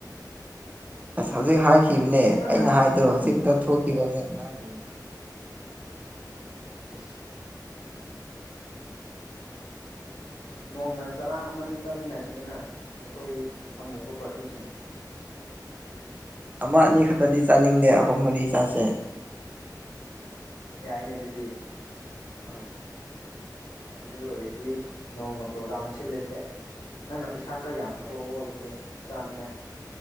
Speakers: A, on the right; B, on the left.
A: ꯑꯁ ꯍꯧꯖꯤꯛ ꯍꯥꯏ ꯈꯤꯕꯅꯦ
B: ꯑꯩꯁ
A: ꯑꯩꯅ ꯍꯥꯏꯗꯣ ꯍꯧꯖꯤꯛꯇ ꯊꯣꯛ <unintelligible>
B: ꯑꯩꯁ ꯅꯣꯡꯃ ꯆꯔꯥ ꯑꯃꯅꯤ ꯑꯅꯤ ꯆꯥꯃꯤꯟꯅꯁꯤꯗꯅ ꯑꯩꯈꯣꯏ ꯑꯃꯨꯕ ꯄꯥꯔꯇꯤꯁꯤꯡ
A: ꯑꯃ ꯑꯅꯤꯈꯛꯇꯗꯤ ꯆꯥꯅꯤꯡꯗꯦ ꯑꯍꯨꯝ ꯃꯔꯤ ꯆꯥꯁꯦ
B: ꯌꯥꯏꯅꯦ ꯑꯗꯨꯗꯤ
A: ꯍꯣꯏ
B: ꯑꯗꯨ ꯑꯣꯏꯔꯗꯤ ꯅꯣꯡꯃ ꯄ꯭ꯔꯣꯒꯥꯝ ꯁꯤꯜꯂꯁꯦ ꯅꯪꯅ ꯄꯩꯁꯥ ꯈꯔ ꯌꯥꯝ ꯄꯨꯊꯣꯛꯑꯣ
A: ꯍꯣꯏ
B: ꯑꯗꯨꯗꯤ ꯆꯥꯅꯤꯉ